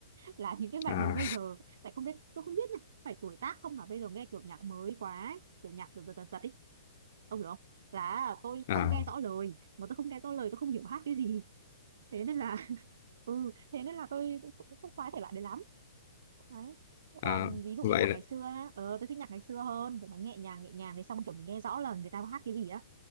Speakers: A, on the right (about 65°); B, on the left (about 50°).
A: là những cái bài
B: à
A: mới bây giờ tại không biết tôi không biết là phải tuổi tác không mà bây giờ nghe kiểu nhạc mới quá ấy, kiểu nhạc kiểu giật giật giật ấy ông hiểu không là tôi
B: à,
A: không nghe rõ lời mà tôi không nghe rõ lời tôi không hiểu hát cái gì thế nên là <laughs> ừ thế nên là tôi, tôi cũng không khoái thể loại đấy lắm đấy Thế
B: à
A: còn ví dụ
B: vậy
A: như nhạc
B: là
A: ngày xưa á, ờ tôi thích nhạc ngày xưa hơn kiểu nó nhẹ nhàng nhẹ nhàng thì xong kiểu mình nghe rõ là người ta hát cái gì á